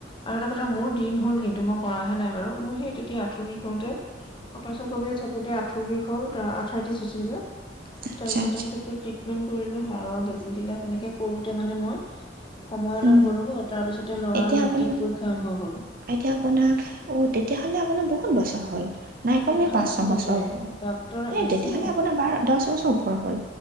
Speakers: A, on the left; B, on the right.
A: আৰু এটা কথা মোৰ দিন হ'ল কিন্তু মই কৰাহে নাই বাৰু মোৰ সেই তেতিয়া আঠুৰ বিষ হওঁতে অপাৰচন কৰিব বুলি থাকোতে আঠুৰ বিষ হল, তাৰ আঠাৰত্ৰিছ হৈছিল
B: আচ্ছা
A: তাৰপিছতে
B: আচ্ছা
A: সেইটো ট্ৰিটমেন্ট কৰিলো, খৰৰ বেজি দিলে তেনেকে কৰোতে মানে মই সময় অলপ
B: উম,
A: গ'লো, তাৰ পিছতে ল'ৰাৰ
B: এতিয়া
A: মেট্ৰিক
B: আপোন
A: পৰীক্ষা আৰম্ভ হ'ল
B: এতিয়া আপোনাক অ তেতিয়াহ'লে আপোনাৰ বহুত বছৰ হ'ল নাই কমেও
A: এঘাৰ
B: পাঁচ
A: চনতে,
B: ছয় বছৰ ওপৰত
A: ডাক্তৰ
B: এই
A: বেছি
B: তেতিয়াহ'লে আপোনাৰ বাৰ দহ বছৰ ওপৰ হ'ল